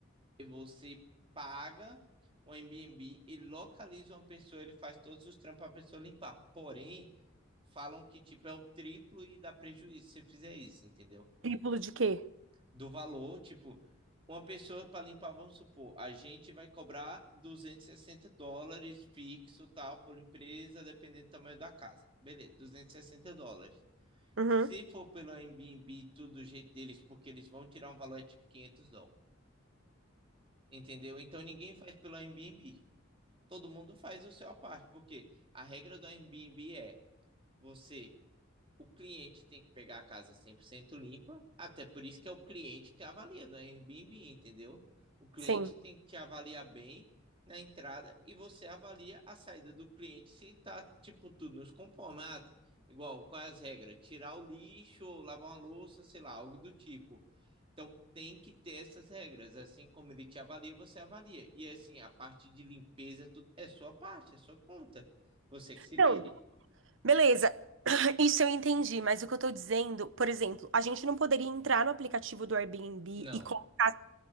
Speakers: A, on the right (about 25°); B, on the right (about 65°).
A: e você paga o Airbnb e localiza uma pessoa, ele faz todos os trampos para a pessoa limpar. Porém, falam que tipo é o triplo e dá prejuízo se você fizer isso, entendeu?
B: triplo de quê?
A: Do valor, tipo, uma pessoa para limpar, vamos supor, a gente vai cobrar 260 dólares fixo, tal, por empresa, dependendo do tamanho da casa. Beleza, 260 dólares.
B: Uhum.
A: Se for pelo Airbnb, tudo do jeito deles, porque eles vão tirar um valor é tipo 500 dólares. Entendeu? Então ninguém faz pelo Airbnb. todo mundo faz o seu à parte, porque a regra do Airbnb é você o cliente tem que pegar a casa 100% limpa, até por isso que é o cliente que avalia, não é Airbnb, entendeu? O cliente
B: Sim.
A: tem que te avaliar bem na entrada e você avalia a saída do cliente se tá, tipo, tudo nos conforme. Ah, igual, quais as regras? Tirar o lixo, lavar uma louça, sei lá, algo do tipo. Então, tem que ter essas regras. Assim como ele te avalia, você avalia. E assim, a parte de limpeza, tudo é sua parte, é sua conta. Você que se vire.
B: Não, beleza. <clears throat> Isso eu entendi, mas o que eu tô dizendo, por exemplo, a gente não poderia entrar no aplicativo do Airbnb
A: Não.
B: e colocar.